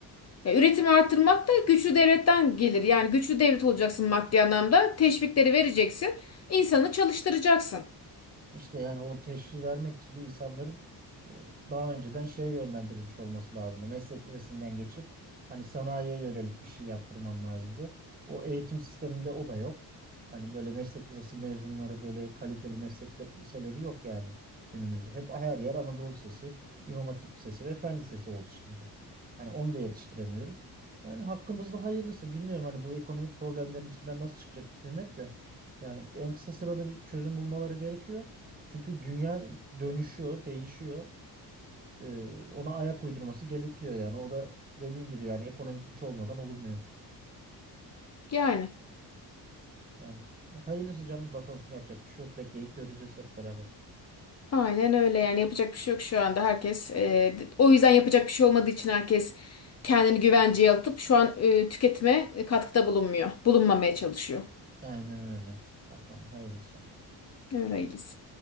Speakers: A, on the left; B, on the right.
A: Ya, üretimi arttırmak da güçlü devletten gelir. Yani güçlü devlet olacaksın maddi anlamda. Teşvikleri vereceksin. insanı çalıştıracaksın.
B: İşte yani o teşhisi vermek için de insanların e, daha önceden şeye yönlendirilmiş olması lazımdı. Meslek lisesinden geçip hani sanayiye yönelik bir şey yaptırman lazımdı. O eğitim sisteminde o da yok. Hani böyle meslek lisesi mezunları böyle kaliteli meslek li- liseleri yok yani günümüzde. Hep her yer Anadolu Lisesi, İmam Hatip Lisesi ve Fen Lisesi oldu şimdi. Hani onu da yetiştiremiyoruz. Yani hakkımızda hayırlısı. Bilmiyorum hani bu ekonomik problemlerin içinden nasıl çıkacak hükümet de. Yani en kısa sırada bir çözüm bulmaları gerekiyor. Çünkü dünya dönüşüyor, değişiyor. Ee, ona ayak uydurması gerekiyor yani. O da dediğin gibi yani ekonomik güç olmadan olmuyor.
A: Yani
B: Yani hayırlısı canım bakalım yapacak bir şey yok. Bekleyip göreceğiz hep beraber.
A: aynen öyle yani yapacak bir şey yok şu anda. Herkes e, o yüzden yapacak bir şey olmadığı için herkes kendini güvenceye atıp şu an e, tüketime e, katkıda bulunmuyor. Bulunmamaya çalışıyor.
B: Aynen öyle. Bakalım hayırlısı.
A: Öyleyiz.